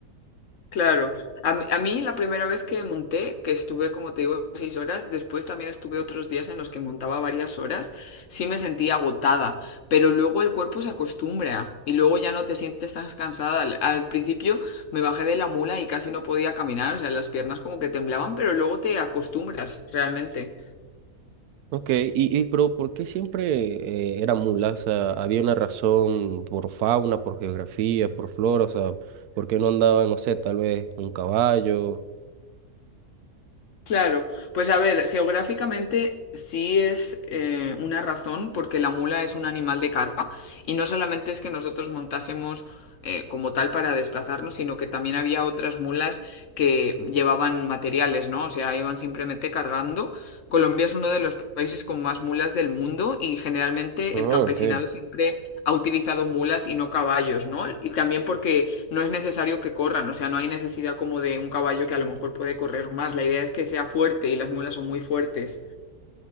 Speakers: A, on the left; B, on the right.
A: Claro, a, mí a mí la primera vez que monté, que estuve, como te digo, seis horas, después también estuve otros días en los que montaba varias horas, sí me sentía agotada, pero luego el cuerpo se acostumbra y luego ya no te sientes tan cansada. Al, al principio me bajé de la mula y casi no podía caminar, o sea, las piernas como que temblaban, pero luego te acostumbras realmente.
B: Ok, y, y pero ¿por qué siempre eh, era mula? O sea, había una razón por fauna, por geografía, por flora, o sea, ¿por qué no andaba, no sé, tal vez un caballo?
A: Claro, pues a ver, geográficamente sí es eh, una razón porque la mula es un animal de carga y no solamente es que nosotros montásemos eh, como tal para desplazarnos, sino que también había otras mulas que llevaban materiales, ¿no? O sea, iban simplemente cargando. Colombia es uno de los países con más mulas del mundo y generalmente
B: Ah,
A: el campesinado
B: ok.
A: siempre ha utilizado mulas y no caballos, ¿no? Y también porque no es necesario que corran, o sea, no hay necesidad como de un caballo que a lo mejor puede correr más. La idea es que sea fuerte y las mulas son muy fuertes.